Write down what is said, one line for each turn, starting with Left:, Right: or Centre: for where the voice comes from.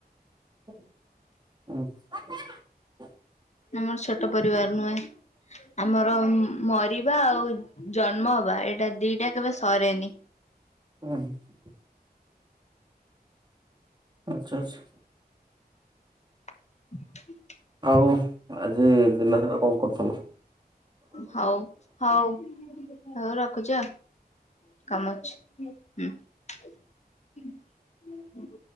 Right: ହୁଁ। <inaudible>
Left: ଆମର ଛୋଟ ପରିବାର ନୁହେଁ ଆମର ମରିବା ଆଉ ଜନ୍ମ ହବା ଏଇଟା ଦିଟା କେବେ ସରେନି।
Right: ହୁଁ। <inaudible> ଆଚ୍ଛା ଆଚ୍ଛା।
Left: ହ
Right: ଆଉ ଆଜି ଦିନ ସାରା କଣ କରୁଥିଲୁ?
Left: ହଉ ହଉ। ହଉ ରଖୁଛି ଆଉ। କାମ ଅଛି ହୁଁ। ହଁ।